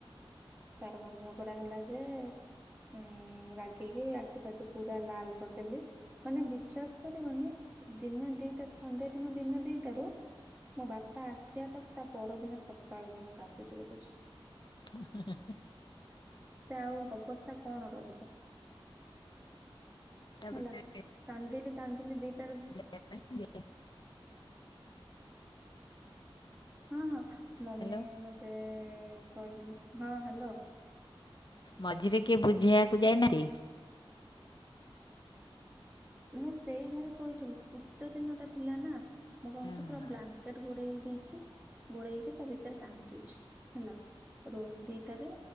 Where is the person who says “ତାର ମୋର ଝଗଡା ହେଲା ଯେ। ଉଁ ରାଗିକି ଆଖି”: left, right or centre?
Right